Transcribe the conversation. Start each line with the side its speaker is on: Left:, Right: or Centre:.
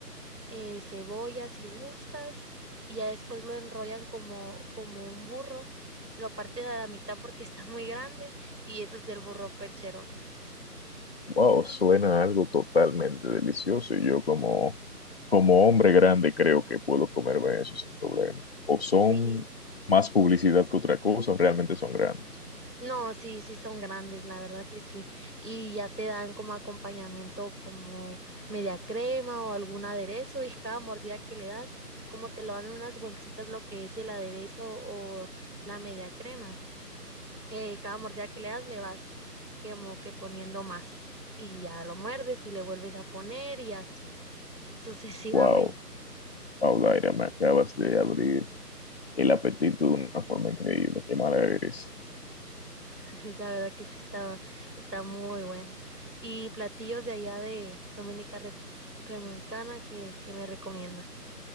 Right: eh, cebolla si gustas y ya después lo enrollan como, como un burro, lo parten a la mitad porque <laughs> está muy grande y ese es el burro percherón.
Left: Wow, suena algo totalmente delicioso y yo como, como hombre grande creo que puedo comerme eso sin problema. O son
Right: Sí.
Left: más publicidad que otra cosa, o realmente son grandes.
Right: No, sí, sí son grandes, la verdad que sí. Y ya te dan como acompañamiento como media crema o algún aderezo y cada mordida que le das, como te lo dan en unas bolsitas lo que es el aderezo o la media crema. Eh, cada mordida que le das le vas como que poniendo más y ya lo muerdes y le vuelves a poner y así <laughs> sucesivamente.
Left: Wow, Paulaira, me acabas de abrir el apetito de una forma increíble, qué mala eres.
Right: <laughs> La verdad que sí estaba, está muy bueno. Y platillos de allá de Dominica Re- Dominicana que, que me recomiendas.